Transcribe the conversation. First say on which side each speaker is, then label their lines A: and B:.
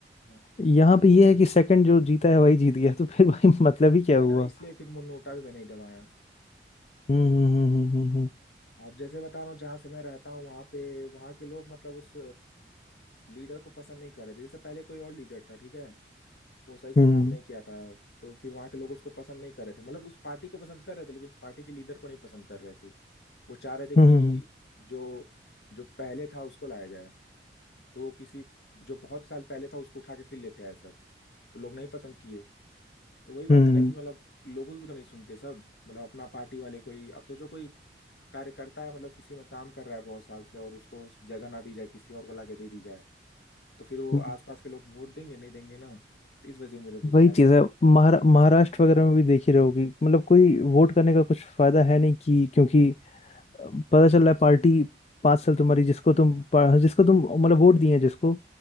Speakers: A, on the left; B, on the left.
A: हाँ तो
B: यहाँ पे ये है कि सेकंड जो जीता है वही जीत गया तो फिर भाई <laughs> मतलब ही क्या
A: वही
B: हुआ
A: ना इसलिए फिर मु- नोटा भी मैं नहीं दबाया
B: हम्म हम्म हम्म
A: आप जैसे बता रहा हूँ जहाँ से मैं रहता हूँ वहां पे वहां के लोग मतलब उस लीडर को पसंद नहीं कर रहे थे। जैसे पहले कोई और लीडर था ठीक है वो सही से
B: हम्म
A: काम नहीं किया था तो फिर वहां के लोग उसको पसंद नहीं कर रहे थे मतलब उस पार्टी को पसंद कर रहे थे लेकिन उस पार्टी के लीडर को नहीं पसंद कर रहे थे वो चाह रहे थे कि
B: हम्म हम्म हम्म, हम्म।
A: जो जो पहले था उसको लाया जाए तो वो किसी जो बहुत साल पहले था उसको उठा के फिर लेते आए सब तो लोग नहीं पसंद किए तो वही बात
B: हम्म,
A: है
B: हम्म,
A: ना कि मतलब लोगों की भी तो नहीं सुनते सब मतलब अपना पार्टी वाले कोई अब सोचो कोई कार्यकर्ता है मतलब किसी में काम कर रहा है बहुत साल से और उसको जगह ना दी जाए किसी और को लाके दे दी जाए तो फिर वो
B: हम्म।
A: आसपास के लोग वोट देंगे नहीं देंगे ना तो इस वजह से मुझे गुस्सा
B: वही
A: आता
B: चीज है
A: है
B: महारा, महाराष्ट्र वगैरह में भी देख ही रहोगी मतलब कोई वोट करने का कुछ फायदा है नहीं कि क्योंकि पता चल रहा है पार्टी पांच साल तुम्हारी जिसको तुम पा- जिसको तुम मतलब वोट दिए हैं जिसको